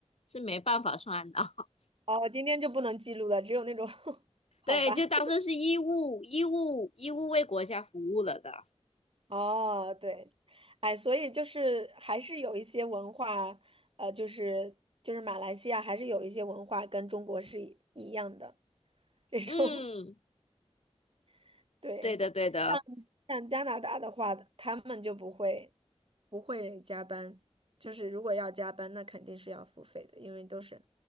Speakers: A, on the left; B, on the right.
A: 是没办法算的。<laughs>
B: 哦，今天就不能记录了，只有那种，<laughs> 好吧？
A: 对，就当做是义务，义务，义务为国家服务了的。
B: 哦，对，哎，所以就是还是有一些文化，呃，就是就是马来西亚还是有一些文化跟中国是一一样的这种，
A: 嗯，
B: <laughs> 对。
A: 对的，对的。
B: 像加拿大的话，他们就不会不会加班，就是如果要加班，那肯定是要付费的，因为都是